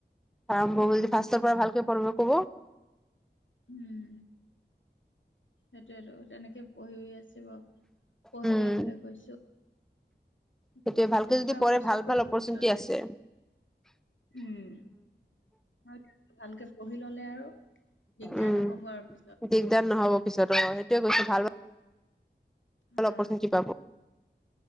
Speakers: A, in the centre; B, on the left.
A: আৰম্ভ
B: উম
A: হব ফাৰ্ষ্টৰ পৰা ভালকে পঢ়। বহুত
B: উম, সেইটোয়েটো তেনেকে পঢ়ি আছে। পঢ়ি
A: উম
B: থাকিবলৈ কৈছোঁ।
A: সেইটোৱে
B: সেইয়ে,
A: ভালকে
B: একবাৰ
A: যদি পঢ়ে
B: কষ্ট
A: ভাল
B: কৰি
A: ভাল অপৰচুনিটি
B: পঢ়ি ললে,
A: আছে।
B: উম। হয়, ভালকে পঢ়ি ল'লে আৰু দিগদাৰ
A: উম।
B: নহ'ব আৰু পিছত।
A: দিগদাৰ নহব পিছতো অ, হয়। সেইটোয়ে কৈছো ভাল ভাল
B: অ,
A: অপৰচুনিটি পাব।